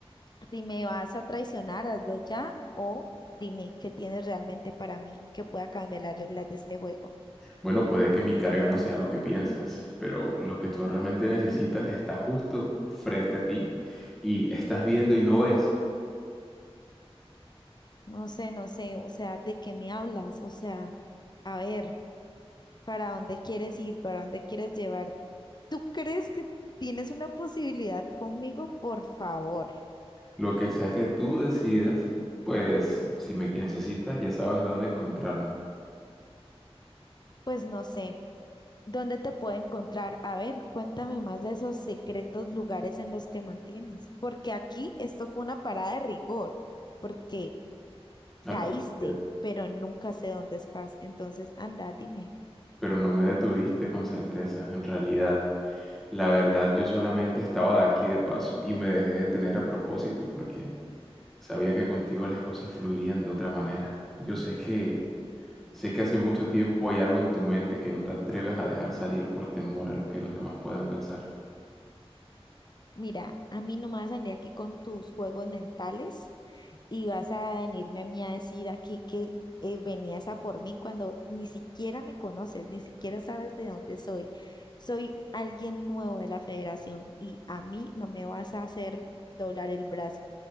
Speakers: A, on the left; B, in the centre.
A: si me vas a traicionar, hazlo ya o dime qué tienes realmente para mí que pueda cambiar las reglas de este juego.
B: Bueno, puede que mi carga no sea lo que piensas, pero lo que tú realmente necesitas está justo frente a ti y estás viendo y no ves.
A: No sé, no sé, o sea, ¿de qué me hablas? O sea, a ver, ¿para dónde quieres ir? ¿Para dónde quieres llevar? ¿Tú crees que tienes una posibilidad conmigo? Por favor.
B: Lo que sea que tú decidas, pues si me necesitas ya sabes dónde encontrarme,
A: Pues no sé, ¿dónde te puedo encontrar? A ver, cuéntame más de esos secretos lugares en los que mantienes, porque aquí esto fue una parada de rigor, porque
B: al
A: caíste,
B: parecer.
A: pero nunca sé dónde estás. Entonces, anda, dime.
B: Pero no me detuviste con certeza, en realidad. La verdad, yo solamente estaba aquí de paso y me dejé detener a propósito porque sabía que contigo las cosas fluirían de otra manera. Yo sé que Sé que hace mucho tiempo hay algo en tu mente que no te atreves a dejar salir por temor a lo que los demás puedan pensar.
A: Mira, a mí no me vas a venir aquí con tus juegos mentales y vas a venirme a mí a decir aquí que eh, venías a por mí cuando ni siquiera me conoces, ni siquiera sabes de dónde soy. Soy alguien nuevo de la federación y a mí no me vas a hacer doblar el brazo.